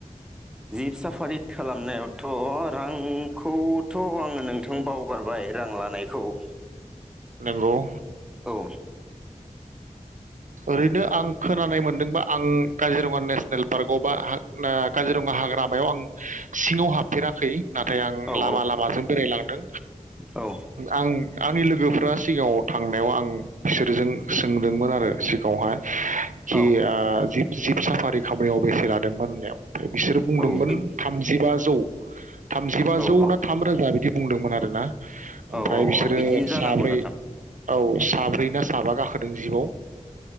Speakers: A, in the centre; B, on the right.
A: जिब साफारि खालामनायावथ रांखौथ आंङो नोंथां बावगारबाय रां लानायखौ। ओ
B: नंगौ
A: औ
B: ओरैनो आं खोनानाय मोनदोंबा आं काजिरङा नेसनेल पार्कआव <unintelligible> काजिरङा हाग्रा मायाव आं सिङाव हाबफेराखै नाथाय आं
A: औ
B: लामा लामाजों बेरायलांदों
A: औ
B: आं आंनि लोगोफ्रा सिगाङाव थांनायाव आं बिसोरजों नुदोंमोन आरो सिगाङावहाय खि
A: औ
B: आ जि जिब साफारि खामनायाव बेसे लादोंमोन होननायाव बिसोरो बुंदोंमोन
A: औ बे
B: थामजिबाजौ थामजिबाजौ
A: औ औ
B: ना थाम रोजा बिदि बुंदोंमोन आरो ना
A: औ
B: ओमफ्राय
A: औ
B: बिसोरो
A: औ बिदिनो जानांगौ
B: साब्रै
A: नोंथां
B: औ। साब्रै ना साबाग गाह होदों जिबआव